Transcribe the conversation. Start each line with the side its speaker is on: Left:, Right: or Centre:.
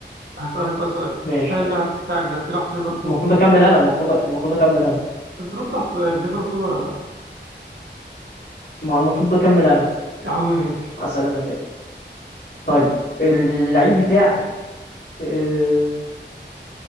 Right: هسألك بقى سؤال
Left: ماشي
Right: هل
Left: حلو
Right: اللاعب بتاعك ده بيلعب في ليفربول؟
Left: المفروض اكمل انا المفروض المفروض اكمل انا
Right: بترد على السؤال ليفربول ولا لأ؟
Left: ما هو المفروض اكمل انا
Right: يا عم ماشي
Left: اسال انا تاني طيب اللعيب بتاعك آه،